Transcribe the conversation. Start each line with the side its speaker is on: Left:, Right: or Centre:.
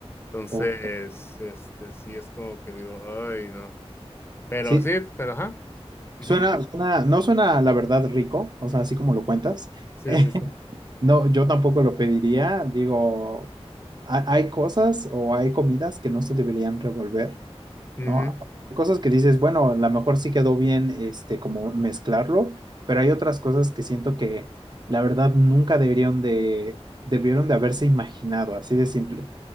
Left: Entonces,
Right: ok.
Left: este sí es como que digo, ay, no. Pero
Right: Sí,
Left: sí, pero ajá.
Right: suena,
Left: ujú,
Right: suena, no suena la verdad rico, o sea, así como lo cuentas. <laughs>
Left: Sí,
Right: Eh,
Left: sí, sí.
Right: no, yo tampoco lo pediría. Digo, ha- hay cosas o hay comidas que no se deberían revolver,
Left: ujú,
Right: ¿no? Hay cosas que dices, bueno, a lo mejor sí quedó bien, este, como mezclarlo, pero hay otras cosas que siento que la verdad nunca deberían de, debieron de haberse imaginado, así de simple.